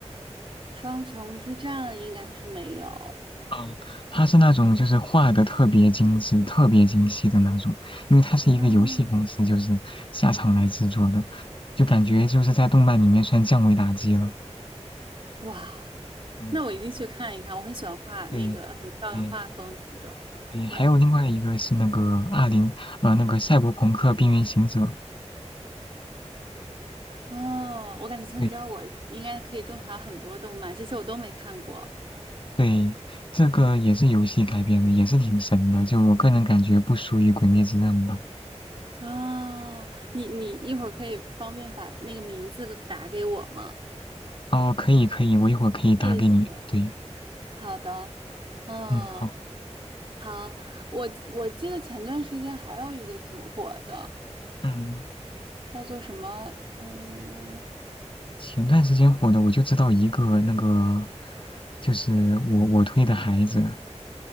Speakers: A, on the right; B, on the left.
A: 双城之战应该是没有。
B: 嗯，它是那种就是画的特别精致、特别精细的那种，因为它是一个游戏公司，
A: 哦，
B: 就是下场来制作的，就感觉就是在动漫里面算降维打击了。
A: 哇，
B: 嗯，
A: 那我一定去看一看。我很喜欢画那个很漂亮画风的那种。
B: 对对对，
A: 对，
B: 还有另外一个是那个二零呃那个《赛博朋克：边缘行者》，
A: 哦，我感觉从你这儿我应该可以种草很多动漫，
B: 对
A: 这些我都没看过。
B: 对，这个也是游戏改编的，也是挺神的，就我个人感觉不输于《鬼灭之刃》吧。
A: 哦，你你一会儿可以方便把那个名字打给我吗？
B: 哦，可以可以，我一会儿可以打给你。
A: 谢谢。
B: 对，
A: 好的，嗯，
B: 嗯，好。
A: 好，我我记得前段时间还有一个挺火的，
B: 嗯。
A: 叫做什么？嗯。
B: 前段时间火的，我就知道一个那个，就是我我推的孩子